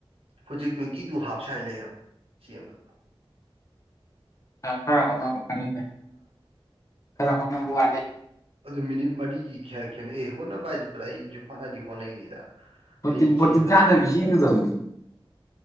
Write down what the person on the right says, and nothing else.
ꯍꯧꯖꯤꯛ ꯇ꯭ꯋꯦꯟꯇꯤ ꯇꯨ ꯍꯥꯞ ꯁ꯭ꯋꯥꯏ ꯂꯩꯌꯦꯕ ꯁꯦꯝ ꯑꯃꯗ
ꯑꯗꯨ ꯃꯤꯅꯤꯠ ꯃꯔꯤꯒꯤ ꯈ ꯈꯦꯠꯅꯩ ꯍꯣꯠꯅꯕ ꯍꯥꯏꯁꯤ ꯄꯨꯂ ꯑꯩꯁꯨ ꯐꯅꯗꯤ ꯍꯣꯠꯅꯩꯅꯤꯗ
ꯑꯌꯨꯛ
ꯆꯦꯟꯗꯅ